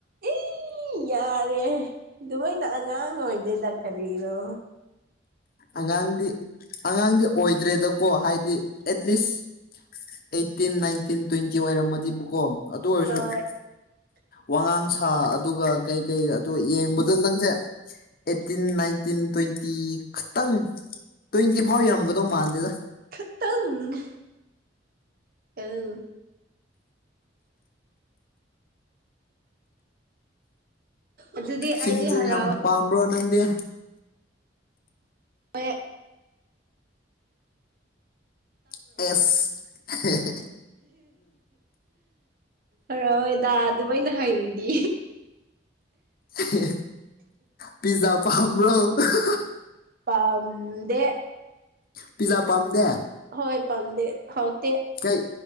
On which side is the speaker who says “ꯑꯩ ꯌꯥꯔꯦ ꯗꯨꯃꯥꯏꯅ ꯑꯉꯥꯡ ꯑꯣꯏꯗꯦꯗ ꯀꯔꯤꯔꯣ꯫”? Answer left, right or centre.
Right